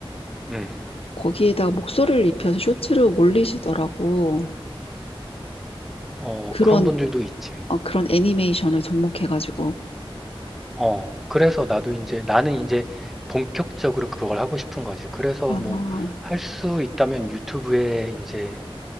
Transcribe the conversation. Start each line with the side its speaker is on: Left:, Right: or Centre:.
Centre: 음.
Left: 거기에다가 목소리를 입혀서 쇼츠로 올리시더라고
Centre: 어,
Left: 그런
Centre: 그런 분들도 있지.
Left: 어, 그런 애니메이션을 접목해가지고
Centre: 어, 그래서 나도 이제, 나는 이제 본격적으로 그걸 하고 싶은 거지. 그래서
Left: 아
Centre: 뭐, 할 수 있다면 유튜브에 이제